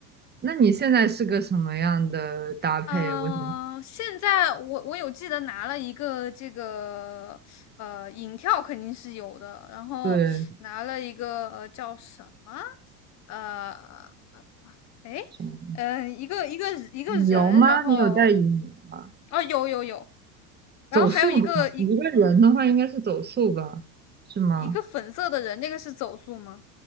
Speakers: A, on the right; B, on the left.
A: 那你现在是个什么样的搭配？
B: 嗯、
A: 我想
B: 呃现在我我有记得拿了一个这个呃影跳肯定是有的，然后拿了一个呃叫什么
A: 对
B: 呃诶
A: 什么
B: 呃一个一个一个人，
A: 羽绒吗？
B: 然后
A: 你有带羽绒吗？
B: 哦有有有，然后还有一个一
A: 走速吧，一个人的话应该是走速吧，是吗？
B: 一个粉色的人，那个是走速吗？